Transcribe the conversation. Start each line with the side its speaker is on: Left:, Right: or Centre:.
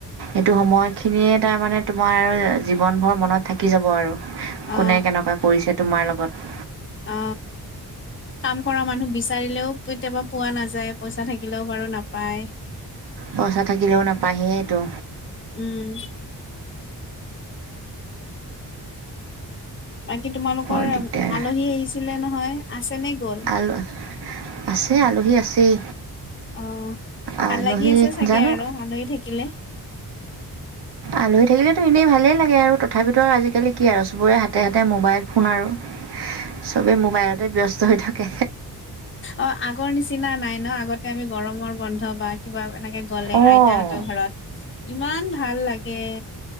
Right: এইটো সময় খিনিয়ে তাৰ মানে তোমাৰ জীৱন ভৰ মনত থাকি যাব আৰু
Left: অ
Right: কোনে কেনেকুৱা কৰিছে তোমাৰ লগত।
Left: অ কাম কৰা মানুহ বিচাৰিলেও কেতিয়াবা পোৱা নাযায়। পইচা থাকিলেও বাৰু নাপায়।
Right: পইচা থাকিলেও নাপায় সেইটো।
Left: উম। বাকী তোমালোকৰ
Right: বৰ দিগদাৰ
Left: আলহী আহিছিলে নহয়? আছেনে গ'ল?
Right: <unintelligible> আছে, আলহী আছেই।
Left: অ', ভাল
Right: আলহী
Left: লাগি আছে চাগে
Right: জানো
Left: আৰু আলহী থাকিলে।
Right: আলহী থাকিলেতো এনেই ভালেই লাগে আৰু তথাপিতো আজিকালি কি আৰু চবৰে হাতে হাতে মোবাইল। ফোন আৰু চবেই মোবাইলতে ব্যস্ত হৈ থাকে।
Left: অ' আগৰ নিচিনা নাই ন'? আগতে আমি গৰমৰ বন্ধ বা কিবা এনেকে গ'লে
Right: অঁ
Left: আইতাহঁতৰ ঘৰত ইমান ভাল লাগে।